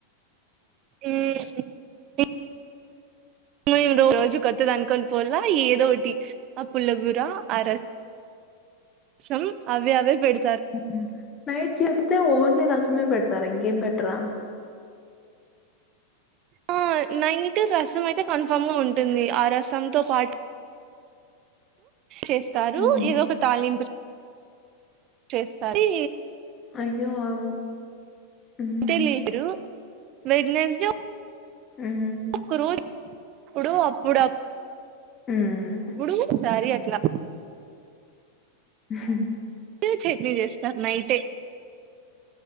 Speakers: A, on the right; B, on the left.
A: ఉమ్ మేమ్ రోజు కొత్తది అనుకొని పోల్ల ఏదోటి ఆ పుల్లగూర అరస్ సామ్ అవే అవే పెడు
B: హుహు నైట్ చేస్తే ఓన్లీ రసమే పెడతారా ఇంకేం పెట్టరా
A: ఆ నైట్ రసం అయితే కన్ఫామ్గా ఉంటుంది ఆ రసంతో పాటు చేస్తారు
B: హ్మ్.
A: ఏదో ఒక తాళింపు చేస్తారు అది
B: అయ్యో అవును హ్మ్.
A: అంతే లిరు వెడ్నెస్ డే
B: హుహు
A: ఒక్క రోజు ఇప్పుడు అప్పుడుప్పు
B: హ్మ్.
A: గుడు సారి అట్లా
B: హా
A: చట్నీ చేస్తారు నైటే